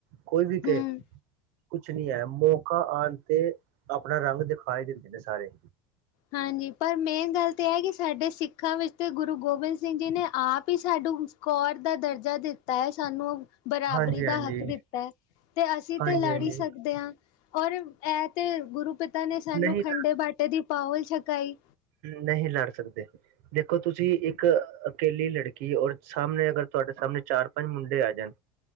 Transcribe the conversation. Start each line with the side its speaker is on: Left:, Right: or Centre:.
Right: ਕੋਈ ਵੀ ਕਹੇ
Left: ਹੂੰ
Right: ਕੁਛ ਨੀ ਐ, ਮੌਕਾ ਆਣ ਤੇ ਆਪਣਾ ਰੰਗ ਦਿਖਾ ਈ ਦਿੰਦੇ ਨੇ ਸਾਰੇ।
Left: ਹਾਂਜੀ, ਪਰ ਮੇਨ ਗੱਲ ਤਾਂ ਐਹ ਕਿ ਸਾਡੇ ਸਿੱਖਾਂ ਵਿੱਚ ਗੁਰੂ ਗੋਬਿੰਦ ਸਿੰਘ ਜੀ ਨੇ ਆਪ ਹੀ ਸਾਡੂੰ ਕੌਰ ਦਾ ਦਰਜਾ ਦਿੱਤਾ ਐ ਸਾਨੂੰ। ਬਰਾਬਰੀ
Right: ਹਾਂਜੀ
Left: ਦਾ
Right: ਹਾਂਜੀ
Left: ਹੱਕ ਦਿੱਤਾ ਐ, ਤੇ ਅਸੀਂ
Right: ਹਾਂਜੀ
Left: ਤੇ ਲੜ
Right: ਹਾਂਜੀ
Left: ਈ ਸਕਦੇ ਆਂ। ਔਰ, ਐ ਤੇ ਗੁਰੂ ਪਿਤਾ ਨੇ, ਸਾਨੂੰ
Right: ਨਹੀਂ
Left: ਖੰਡੇ ਬਾਟੇ ਦੀ ਪਾਓਲ ਛਕਾਈ।
Right: ਨਹੀਂ ਲੜ ਸਕਦੇ। ਦੇਖੋ, ਤੁਸੀਂ ਇਕ ਅਕੇਲੀ ਲੜਕੀ, ਔਰ ਸਾੱਮਣੇ ਅਗਰ ਤੁਆਡੇ ਸਾੱਮਣੇ ਚਾਰ-ਪੰਜ ਮੁੰਡੇ ਆ ਜਾਣ